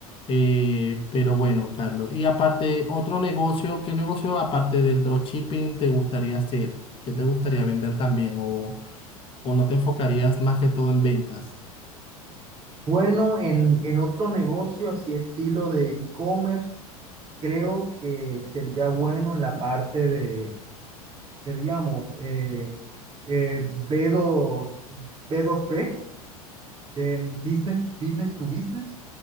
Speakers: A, on the left (about 30°); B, on the right (about 30°).
A: Eh, pero bueno, Carlos, y aparte, otro negocio, ¿qué negocio aparte del dropshipping te gustaría hacer? ¿Qué te gustaría vender también? ¿O, o no te enfocarías más que todo en ventas?
B: Bueno, en, en otro negocio así estilo de e-commerce, creo que sería bueno en la parte de seríamos eh, eh, b dos b dos b del business, business to business.